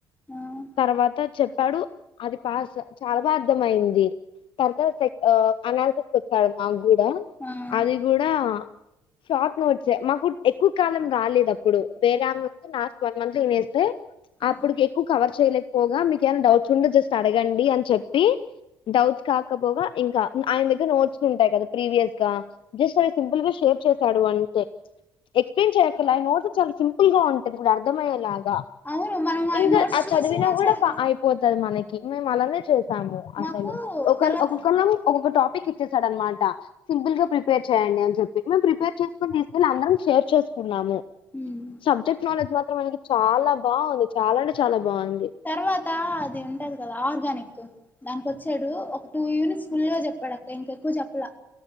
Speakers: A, on the left; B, on the left.
A: ఆ
B: తర్వాత చెప్పాడు అది పాస్ చాలా బా అర్థ అయింది తర్వాత సెక్ ఆ అనాలిసిస్ వచ్చాడు మాకు కూడా
A: ఆ
B: అది కూడా షార్ట్ నోట్స్ మాకు ఎక్కువ
A: పుస్తకాలను
B: కాలం రాలేదు అప్పుడు వేరే ఆమె నాస్ మంత అతే
A: ఆ
B: అప్పుడుకి ఎక్కువ కవర్ చేయలేకపోగా మీకు ఏమైనా డౌట్స్ ఉండో జస్ట్ అడగండి అని చెప్పి డౌట్స్ కాకపోగా ఇంకా ఆయన దగ్గర నోట్స్ ఉంటాయి కదా ప్రీవియస్ గా యస్ సార్ సింపుల్ గా షేర్ చేశాడు అంటే ఎక్స్ ప్లాయిన్ చేయకర్ల ఆ నోట్స్ చాలా సింపుల్ గా ఉంటాది ఇప్పుడు అర్థమయ్యేలాగా
A: అవును మనం ఆయన
B: ఇంకా
A: నోట్స్
B: ఆ
A: చూసినా
B: చదివినా కూడా
A: చదివేస్తాం
B: అయిపోతుది మనకి మేము అలానే చేసాము అసలు
A: నాకు
B: ఒక
A: తర్వాత
B: ఒక్కళం ఒక్కొక్క టాపిక్ ఇచ్చేసాడు అనమాట సింపుల్ గా ప్రిప సండే అని చెపి నువ్ ప్రిపేర్ చేసి తీస్కోకొని అందరం షేర్ చేసుకుందాము
A: మ్మ్
B: సబ్జెక్టు నౌలెడ్జి మాత్రం ఆయనకు చాలా బాగుంది చాలా అంటే చాలా బాగుంది
A: తర్వాత అది ఉంటది కదా ఆర్గానిక్ దాకొచ్చాడు ఒక టూ యూనిట్స్ ఫుల్ గా చెప్పాడు అక్క ఇంక ఎక్కువ చెప్పలా